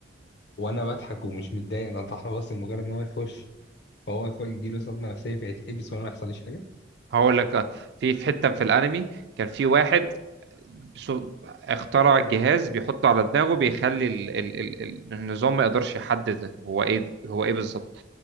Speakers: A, on the left; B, on the right.
A: وانا بضحك ومش متضايق انا طحنه بس مجرد ان هو يخش فهو يخ- يجيله صدمه نفسيه فيتحبس وانا ما يحصليش حاجه
B: هقول لك اه، في في حته في الانمي كان في واحد سو- اخترع جهاز بيحطه على دماغه بيخلي ال ال ال ال- النظام ما يقدرش يحدد هو ايه هو ايه بالظبط